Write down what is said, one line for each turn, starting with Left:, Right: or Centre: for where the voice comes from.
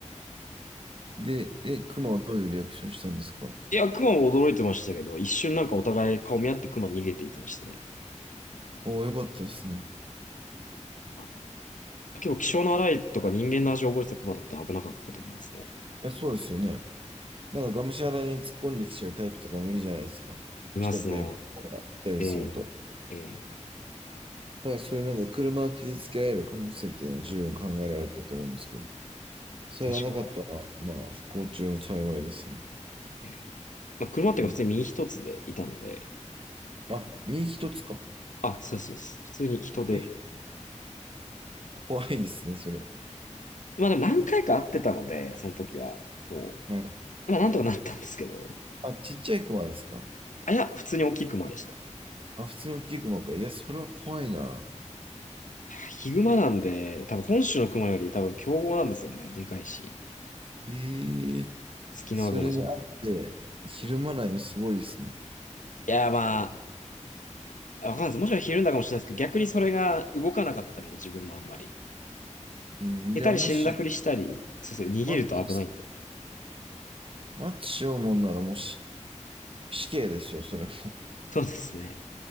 Right: で、え、熊はどういうリアクションしたんですか
Left: いや、熊も驚いてましたけど、一瞬なんかお互い顔見合って熊逃げていきましたね。
Right: おー、よかったですね。い
Left: あ結構気性の荒いとか人間の味を覚えてた熊だったら危なかったと思いますね。
Right: や、そうですよね。なんかがむしゃらに突っ込んできちゃうタイプとかもいるじゃないですか。
Left: いますね。
Right: 近くにこう行ったりすると。
Left: ええええ
Right: なんかそういうなんか車を傷つけられる可能性っていうのは十分考えられたと思うんですけど、それがなかったら、
Left: 確かに。
Right: まあ不幸中の幸いですね。
Left: ええまあ、車っていうか普通に身一つでいたので、
Right: うん。あ、身一つか。
Left: あ、そうです、そうです。普通に人で
Right: え、怖いですね、それ。
Left: まあでも何回か会ってたので、その時は。も
Right: はい。
Left: う、まあなんとかなったんですけど。
Right: あ、ちっちゃい熊ですか。
Left: あ、いや、普通に大きい熊でした。
Right: あ、普通の大きい熊か。いや、それは怖いな。
Left: ヒグマなんで、多分本州の熊より多分凶暴なんですよね。でかいし。
Right: ええ
Left: ツキノワグマじゃなく
Right: それにあって、ひるまないのすごいですね。
Left: て。いや、まあ、わかんないです。もしかしたらひるんだかもしれないですけど、逆にそれが動かなかったので、自分もあんまり。
Right: うん。
Left: 下手に死んだふりしたり、
Right: いや、もし、
Left: そうそう、逃げると危ないんで。
Right: マッチ、マッチしようもんなら、もし、死刑ですよ、それも。
Left: そうですね。